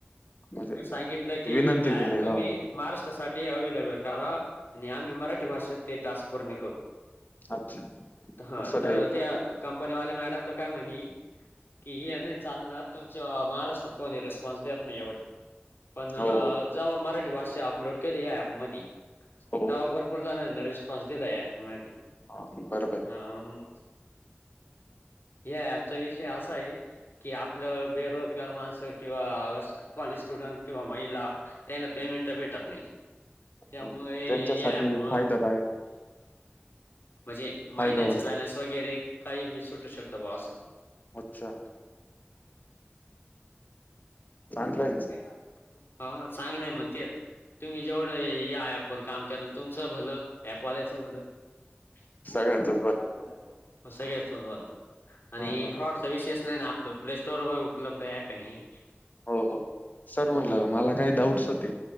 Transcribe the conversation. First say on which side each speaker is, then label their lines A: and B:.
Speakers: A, on the left; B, on the left.
A: म्हणजे
B: सांगितलं की
A: विनंती
B: हे ॲप
A: केली
B: मी तुम्ही
A: हा
B: महाराष्ट्रासाठी ते अवेलेबल करा आणि आम्ही मराठी भाषेत ते टॅक्स पूर्णे करू.
A: अच्छा
B: हा
A: असं
B: तर
A: काही
B: ते
A: का
B: कंपनीवाले मॅडमला काय म्हणी? कि हे नाही चालणार तुमच्या महाराष्ट्रात कोणी रिस्पॉन्स देत नाही एवढी पण
A: हो हो
B: जव्हा मराठी भाषा अपलोड केली ॲप मधी
A: हो
B: तवा भरपूर जणानि रिस्पॉन्स दिला ऍप म
A: ह! बरोबर हे.
B: हम! ह्या ॲपचा विषय असा आहे की? आपलं बेरोजगार माणसं किंवा कॉलेज स्टुडंट किंवा महिला त्याला पेमेंट तर भेटत नाही. त्यामुळे
A: हा, त्यांच्यासाठी
B: या ॲपमुळ
A: फायदादायक आहे,
B: म्हणजे महिन्याच
A: फायदा होतो.
B: बॅलन्स वगैरे काही बी सुटू शकतं बा असं.
A: अच्छा!
B: ब
A: चांगला आहे
B: हो चांगलं आहे मग तेच तुम्ही जेवढं या ॲपवर काम कराल तुमचं भलं ॲपवाल्याच भल भत
A: सगळ्यांचच
B: आ
A: भलं.
B: आप सग <unintelligible> बला आणि
A: हा हा.
B: फ्रॉडचा विशेष नाही ना आपल प्लेस्टोअरवर व उपलब्ध ॲप आहे ना हे.
A: हो हो सर म्हटलं
B: हो.
A: मला काही डाऊटस होते?